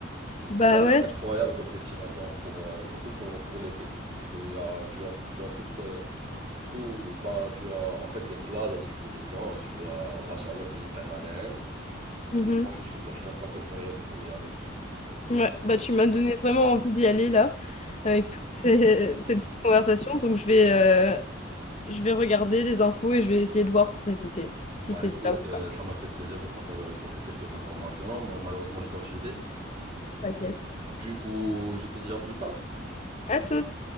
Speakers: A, on the left (about 35°); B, on the right (about 35°).
A: bah
B: c'est quand même
A: ouais.
B: incroyable comme destination pour, euh, surtout pour, pour l'été, puisque il y a, tu as, tu as toute, euh, tout, bah, tu as en fait les plages à disposition et tu as la chaleur méditerranéenne. Du
A: Mhm.
B: coup, je pense que c'est super sympa comme période pour y aller.
A: Ouais, bah tu m'as donné vraiment envie d'y aller là, avec toutes ces, <laughs> ces petites conversations, donc je vais, euh, je vais regarder les infos et je vais essayer de voir pour cet été,
B: Bah
A: si c'est
B: écoute,
A: ça ou
B: euh,
A: pas.
B: ça m'a fait plaisir de partager avec toi ces quelques informations. Moi, malheureusement, je dois filer.
A: Ok.
B: Du coup, je te dirai plus tard.
A: À toutes.